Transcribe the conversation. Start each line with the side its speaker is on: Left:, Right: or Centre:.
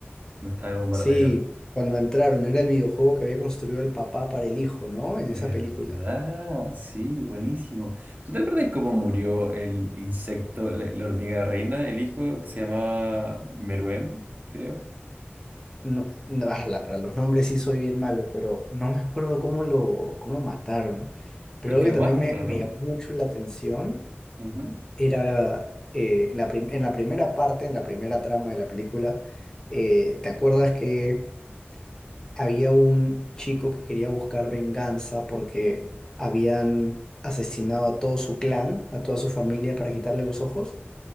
Right: no estaba el bombardero.
Left: Sí, cuando entraron, era el videojuego que había construido el papá para el hijo, ¿no? En
Right: ¿Verdad?
Left: esa película.
Right: Sí, buenísimo. ¿Tú te acuerdas cómo murió el insecto, la, la hormiga reina, el hijo que se llamaba Meruem, creo?
Left: No, no, ala, para los nombres sí soy bien malo, pero no me acuerdo cómo lo, cómo mataron. Pero
Right: Porque
Left: algo que
Right: lo
Left: también
Right: matan,
Left: me,
Right: ¿o
Left: me
Right: no?
Left: llamó mucho la atención
Right: Ujú.
Left: era eh, la prim- en la primera parte, en la primera trama de la película, eh, ¿te acuerdas que había un chico que quería buscar venganza porque habían asesinado a todo su clan, a toda su familia para quitarle los ojos.